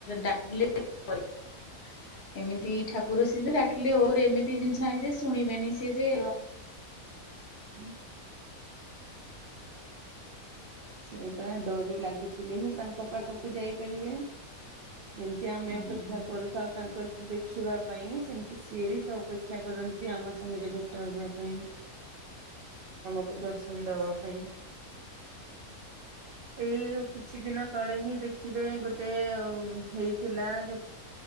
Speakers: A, on the left; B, on the right.
A: ଡାକିଲେ କରିବି। ଏମିତି ଠାକୁର ସି ଯେ ଡାକିଲେ ଓର ଏମିତି ଜିନିଷ ନାହିଁ ଯେ ଶୁଣିବେନି ସିଏ ଯେ
B: ହୁଁ। ସେଇପରା ଡୋରି ଲାଗିଥିଲେ ହିଁ ତାଙ୍କ ପାଖକୁ ଯାଇପାରିବେ। ଯେମତି ଆମେ
A: ହୁଁ
B: ଅପେକ୍ଷା କରୁଥାଉ ତାଙ୍କରକୁ ଦେଖିବା ପାଇଁ ସେମିତି ସିଏ ବି ତ ଅପେକ୍ଷା କରନ୍ତି। ଆମ ସାଙ୍ଗରେ ଭେଟ ହବା ପାଇଁ ଆମକୁ ଦର୍ଶନ ଦବା ପାଇଁ। ଏଇ କିଛି ଦିନ ତଳେ ହିଁ ଦେଖିବେ ଗୋଟେ ହେଇଥିଲା ଯୋଉ